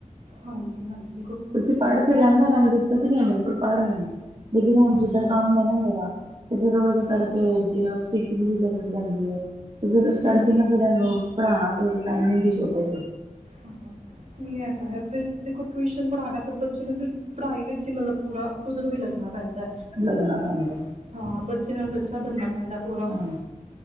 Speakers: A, on the right; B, on the right.
A: ਹਾਂਜੀ-ਹਾਂਜੀ।
B: ਕੁਛ ਪੜ ਤਾ ਲੈਂਦਾ <unintelligible> ਤ ਨੀ ਐ ਮੇਰੇ ਕੋਲ ਪੜ ਲੈਂਦਾ, ਲੇਕਿਨ ਹੁਨ
A: ਅੱਛਾ
B: ਜਿੱਦਾ
A: ਅੱਛਾ
B: ਕੰਮ ਐ ਨਾ ਮੇਰਾ, ਤੇ ਫੇਰ ਉਹਦੇ
A: ਹਾਂ
B: ਕਰਕੇ ਜਿਵੇਂ ਉਹ ਸਟਿਚਿੰਗ ਵੀ ਕਰਨੀ ਪੈਂਦੀ ਐ, ਤੇ ਫੇਰ ਉਸ
A: ਹੂੰ
B: ਕਰਕੇ ਨਾ ਏਹ ਲੋਗ ਪੜਾਨਾ ਥੋੜੇ ਟਾਈਮਿੰਗ ਦੀ ਸ਼ੋਰਟਏਜ ਐ।
A: ਹਾਂ, ਨੀ ਐ ਤੇ ਹੈ, ਬ ਦੇਖੋ ਟਿਊਸ਼ਨ ਪੜਾਣਾ ਫੇਰ ਬੱਚੇ ਨੂੰ ਸਿਰਫ ਪੜ੍ਹਾਈ ਵਿੱਚ ਈ ਮਤਲਬ ਪੂਰਾ ਖੁਦ ਨੂੰ ਵੀ ਲੱਗਨਾ ਪੈਂਦਾਐ।
B: ਲੱਗਨਾ ਪੈਂਦਾ।
A: ਹਾਂ, ਬੱਚੇ ਨਾਲ ਬੱਚਾ ਬਨਨਾ ਪੈਂਦਾ ਪੂਰਾ।
B: ਹਾਂ